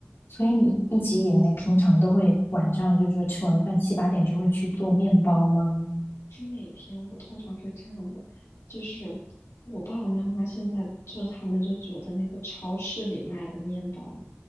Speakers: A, on the left; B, on the left.
A: 所以你一直以来平常都会晚上就是说吃完饭七八点就会去做面包吗？
B: 是每天，我通常是这样的，就是我爸爸妈妈现在就是他们就觉得那个超市里卖的面包呢，